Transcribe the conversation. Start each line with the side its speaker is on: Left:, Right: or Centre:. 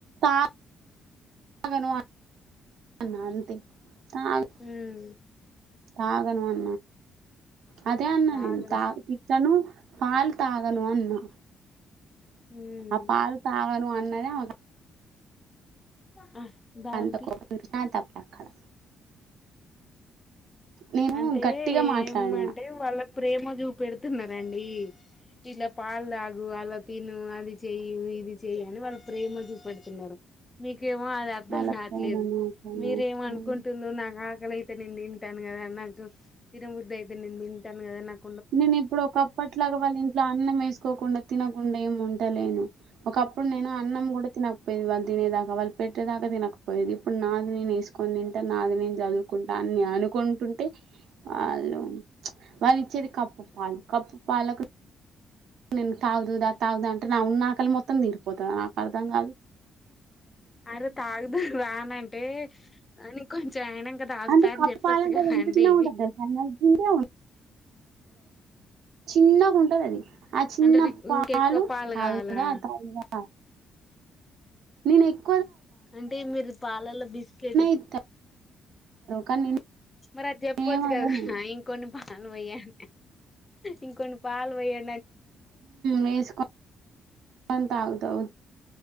Right: తా ఆగను అన్నా అంతే తాద్
Left: ఉమ్
Right: తాగను అను అదే అన్నా
Left: తాగం
Right: నేను తాగ తిట్టను లపాల్ తాగను అన్నా
Left: ఉమ్
Right: ఆ పాలు తాగను అన్ అదేమ
Left: ఆ దారం
Right: అంత
Left: తీ
Right: కోపం అన్నా తప్ అక్కడ నేను
Left: అంటే
Right: గట్టిగా మాట్లాడినా
Left: ఏం అంటే వాళ్ళక్ ప్రేమ చూపెడుతున్నారండి. ఇలా పాలు తాగు, అలా తిను, అది చెయివు ఇది చెయ్య అని, వాళ్ళు ప్రేమ చూపెడుతున్నారు. మీక్ కేమో అది అర్థం
Right: వాళ్ళ
Left: కావట్లేదు.
Right: ప్రేమ నాకు అనవసరం.
Left: మీరేమనుకుంటున్నారు నాకు మగల అయితే నేను తిను కదా నాకు తినబుద్ధి అయితే నేను తింటాను కదా నాక్
Right: నేను ఇప్పుడు ఒకప్పట్లాగా వాళ్ళు ఇంట్లో, అన్నం వేసుకోకుండా, తినకుండా, ఏం ఉంటలేను. ఒకప్పుడు నేను అన్నం తిన వాళ్ళు తినేదాకా వాళ్ళు పెట్టేదాకా తినకపోయేది. ఇప్పుడు నాది నేను వేసుకొని తింటా. నాది నేను చదువుకుంటా అని అనుకుంటుంటే, వాళ్ళు వాళ్ళు ఇచ్చేది. కప్పు పాలు కప్పు పాలకు నేను తాగుదుదా తాగుదుా అంటే నా ఉన్న ఆకలి మొత్తం తీరిపోతాదా నాకు అర్ధం కాదు
Left: అరే తాగుదాం రాను అంటే అని కో జాయిన్ అయినంక తాగుతామని
Right: అంటే కప్పు
Left: చెప్పొచ్చు
Right: పాలంటే
Left: కదండీ.
Right: అది ఎంత చిన్నగా ఉంటది తెలుసా నలిగింతే చిన్నగుంటది అది ఆ చిన్న
Left: అంటే నీకు
Right: పాలు
Left: ఇంకెక్కువ
Right: తాగుదా
Left: కావాలా
Right: తాగుదా నేను ఏక్
Left: అంటే మీరు పాలాల బిస్కెట్
Right: ఇత్తారు కానీ
Left: మరి అది
Right: నేనేమనను
Left: చెప్పచ్చు కదా ఇంకొన్ని పాలు పో్యాడి ఇంకొన్ని పాలు పోయా
Right: వేసుకొని తాగుతావ్